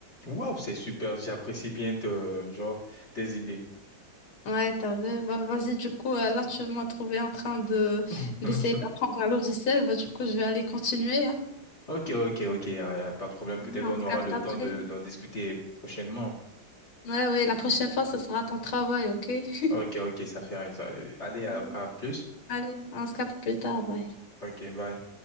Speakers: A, on the left; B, on the left.
A: Waouh, c'est super. J'apprécie bien te- genre, tes idées.
B: Ouais, t'as vu. Bah, vas-y, du coup, euh, là, tu m'as trouvé en train de
A: <laughs>
B: d'essayer d'apprendre un logiciel. Bah, du coup, je vais aller continuer, hein.
A: Ok, ok, ok. euh, pas de problème.
B: Oui,
A: Peut-être
B: on
A: on
B: se
A: aura
B: capte
A: le
B: après.
A: temps de, d'en discuter prochainement.
B: Ouais, ouais, la prochaine fois, ce sera ton travail, ok? <laughs>
A: Ok, ok, ça fait rien. ça- Allez,
B: Mm.
A: à à plus.
B: Allez, on se capte plus tard, bye.
A: Ok, bye.